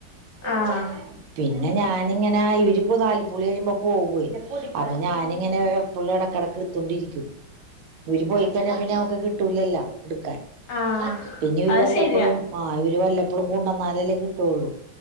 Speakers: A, on the right (about 80°); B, on the left (about 65°).
A: പിന്ന്
B: ആഹ്
A: പിന്നെ ഞാനിങ്ങെനാ ഇവര് പം നാൽപ്പുളി കഴിയുമ്പോ പോകുഏയ് ഞാനിങ്ങനെ പുള്ള എടകെടക്ക് തൊണ്ടിയിരിക്കും ഓര് പോയിക്കഴിഞ്ഞാ പിന്നെ അമക്ക് കിട്ടൂലല്ലോ എടുക്കാൻ
B: ആഹ്
A: പിന്നെ ഓരു
B: അത്
A: വല്ലപ്പോഴും
B: ശരിയാ
A: മാ അവര് വല്ലപ്പളും കൊണ്ടോന്നാലല്ലേ കിട്ടോള്ളു